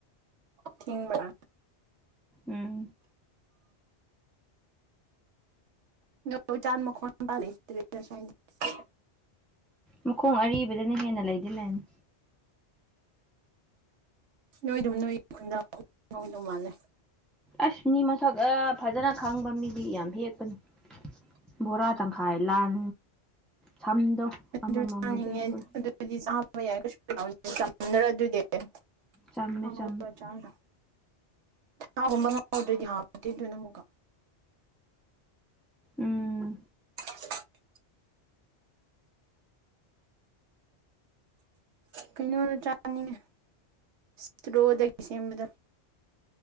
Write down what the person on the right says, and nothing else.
ꯊꯤꯡꯕ꯭ꯔꯥ
<unintelligible>
ꯅꯣꯏꯗꯨ ꯅꯣꯏ ꯈꯨꯟꯗ <unintelligible> ꯉꯧꯗꯧ ꯃꯥꯜꯂꯦ
ꯑꯗꯨ ꯆꯥꯅꯤꯡꯉꯦ
<unintelligible>
ꯁꯥ ꯒꯨꯝꯕ ꯉꯧꯗ꯭ꯔꯗꯤ ꯍꯥꯎꯇꯦ ꯗꯨꯅ ꯑꯃꯨꯛꯀ
<unintelligible> ꯀꯩꯅꯣꯗꯣ ꯆꯥꯅꯤꯡꯉꯦ ꯁꯇ꯭ꯔꯣꯗꯒꯤ ꯁꯦꯝꯕꯗꯣ